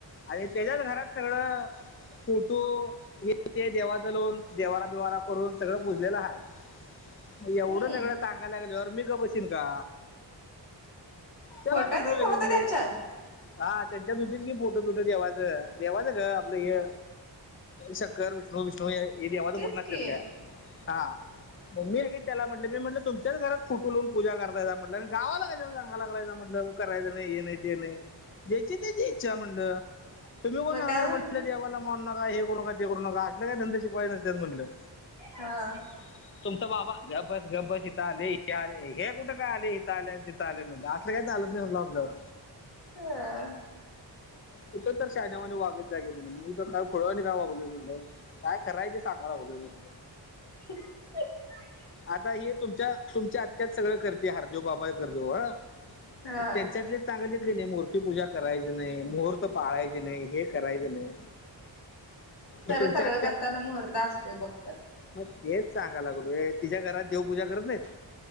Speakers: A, on the left; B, on the left.
A: आणि त्यांच्याच घरात सगळं फोटो हे ते देवाच लावून देवारा बिवारा करून सगळं पुजलेलं हाय. मग एवढं
B: हम्म
A: सगळं लागल्यावर मी गप्प बशीन का? चला
B: फोटो
A: म्हटलो
B: तेन
A: लगेच
B: होता
A: मी.
B: त्यांच्यात
A: हा त्यांच्यात होतीत की फोटो बिटो देवाचं देवाचं गं आपलं हे शंकर विष्णु विष्णू हे देवाचं
B: तेच
A: फोटो नसत्यात
B: की
A: काय. हा म मी आणि त्याला म्हटलं मी तुच्याच घरात फुटूूलावून पूजा करताय म्हटलं, गावाला काशाला सांगला लागलाय म्हटलं. करायचं नाही हे नाही ते नाही जेची तेची इच्छा म्हणटलं. तुम्ही कोण
B: मग
A: सांगणार
B: काय म्हणली
A: म्हटलं, देवाला मानु नका, हे करू नका, ते करू नका, असलं काय धंद शिकवायच नसत्यात म्हटलं.
B: हा.
A: <inaudible> तुमचं बाबा गबस गबस इथं आलंय तिथं आलंय हे कुठं आलंय इथं आलय आणि तिथं आलं म्हटलंअस असलं काय चालत नाही म्हणलं आपल्या वर.
B: हं.
A: कुठं तर शाण्यावानी वागत जाकी म्हणून. का खुळ्यावानी का वागू मी म्हटलं, काय खरं हाय ते सांगाय लागलोय म्हटलं.
B: ह <inaudible>
A: आता हे तुमच्या तुमच्या आत्यातच सगळं करते, हार्देदेव बाबा कर्ददेव बाबा हं.
B: ह
A: त्याच्यातले. सांगीतले कणी मूर्तीपूजा करायचं नाही, मुहूर्त पाळायचे नाही, हे करायचं नाही.
B: खरं
A: मग तुमच्या
B: सगळं
A: आत्या
B: करताना मुहर्त असतोय बघत्यात.
A: मग तेच सांगा लागलोय तिच्या घरात देवपूजा करत नाहीत.